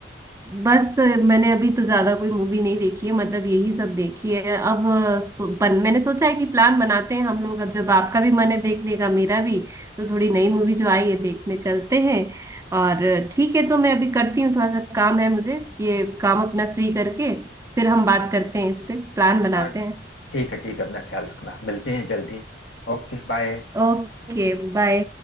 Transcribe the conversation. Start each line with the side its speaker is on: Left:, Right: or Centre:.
Right: बस अ, मैंने अभी तो ज्यादा कोई मूवी नहीं देखी है मतलब यही सब देखी है अब अ, सो, बन, मैंने सोचा है कि प्लान बनाते हैं हम लोग अब जब आपका भी मन है देखने का मेरा भी तो थोड़ी नई मूवी जो आई है देखने चलते हैं और अ, ठीक है तो मैं अभी करती हूँ थोड़ा सा काम है मुझे ये काम अपना फ्री करके फिर हम बात
Left: हाँ
Right: करते हैं इस पे प्लान बनाते
Left: हाँ,
Right: हैं
Left: ठीक है ठीक है अपना ख्याल रखना मिलते हैं जल्दी Okay bye
Right: Okay bye